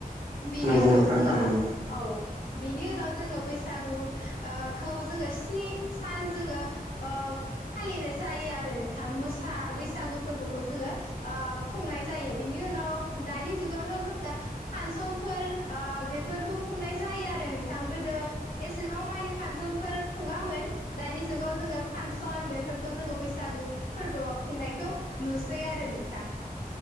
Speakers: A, on the left; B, on the right.
A: बिनि
B: नंगौ
A: उनाव
B: नोंथां
A: जोंङो
B: थारैनो
A: औ। बिनि उनाव जोंङो बैसागु ओ खौ जोंङो स्नि सान जोंङो ओ फालिनाय जायो आरो नोंथां मोसा बैसागु फोरबोखौ जोंङो ओ खुंनाय जायो बेनि इउनाव दानि जुगावथाव जों फांसनफोर बेफोरखौ खुंनाय जायो आरो नोंथां गोदो एसेबां माने फांसनफोर खुङामोन दानि जुगाव जोङो फांसन बेफोरखौ जोङो बैसाग बसागु फोरबोआव खुंनायखौ नुसै आरो नोंथां